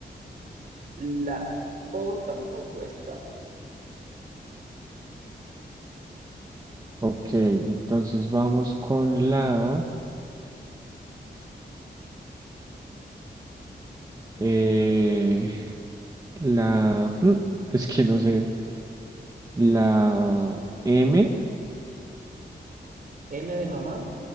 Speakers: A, on the right; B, on the right.
A: La O tampoco está.
B: Ok, entonces vamos con la, eh, la, <laughs> mm, es que no sé, la M,
A: M de mamá,